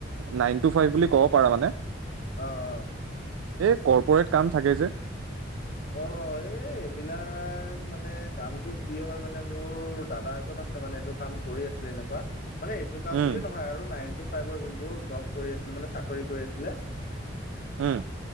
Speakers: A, on the right (about 90°); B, on the left (about 45°).
A: নাইন টু ফাইভ বুলি ক'ব পাৰা মানে।
B: অহ অহ
A: এ কর্পোরেট কাম থাকে যে।
B: অ', এই এইবিলাক মানে কামটো কি হয় মানে মোৰ দাদা এজন আছে মানে এইটো কাম কৰি আছিলে এনেকুৱা। মানে এইটো কাম
A: উম
B: বুলি নহয় আৰু নাইন টো ফাইভ ৰ যুনটো জব কৰি আছিলে মানে চাকৰি কৰি আছিলে।
A: হম।